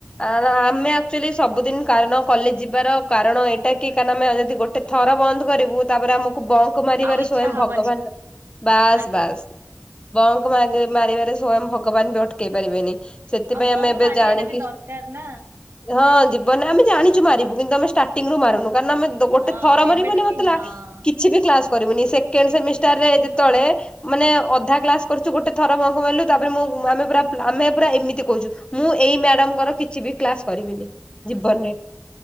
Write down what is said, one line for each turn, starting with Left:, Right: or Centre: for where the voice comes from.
Left: ଆ ଆମେ ଆକ୍ଚୁଆଲି ସବୁଦିନ କାରଣ କଲେଜ ଯିବାର କାରଣ ଏଇଟା କି କାରଣ ଆମେ ଯଦି ଗୋଟେ ଗଟେ ଥର ବନ୍ଦ କରିବୁ ତାପରେ ଆମକୁ ବଙ୍କ ମାରିବାରେ
Right: ଆଉ ଇଚ୍ଛା
Left: ସ୍ଵୟଂ
Right: ହବନି
Left: ଭଗବାନ ବାସ୍
Right: ଆଜ୍ଞା
Left: ବାସ୍ ବଙ୍କ ମାରିବାରେ ସ୍ଵୟଂ ଭଗବାନ ବି ଅଟକେଇ ପାରିବେନି। ସେଥିପାଇଁ
Right: ଆଉ ବଙ୍କ
Left: ଆମେ ଏବେ
Right: ମାରିବାଟା
Left: ଜାଣିକି
Right: ବି ଦରକାର ନା
Left: ହଁ ଜିବନା ଆମେ ଜାଣିଛୁ ମାରିବୁ କିନ୍ତୁ ଆମେ ଷ୍ଟାର୍ଟିଂରୁୁ ମାରୁନୁ କାରଣ ଆମେ ଗୋଟେ
Right: ହଁ
Left: ଥର
Right: ଏବେ
Left: ମରେ ମାନେ
Right: ଟିକେ
Left: ମତେଲା
Right: ହଁ
Left: କିଛି ବି କ୍ଲାସ କରିବୁନି ସେେଣ୍ଡ ସେମିଷ୍ଟାରରେ ଯେତଳେ ମାନେ ଅଧା କ୍ଲାସ କରୁଛୁ ଗୋଟେ ଥର ବଙ୍କ ମାରିଲୁ ତାପରେ ମୁଁ ଆମେ ପୁରା ଆମେ ପୁରା ଏମିତି କହୁଛୁ। ମୁଁ ଏଇ ମ୍ୟାଡାମଙ୍କର କିଛି ବି କ୍ଲାସ କରିବିନି ଜୀବନରେ।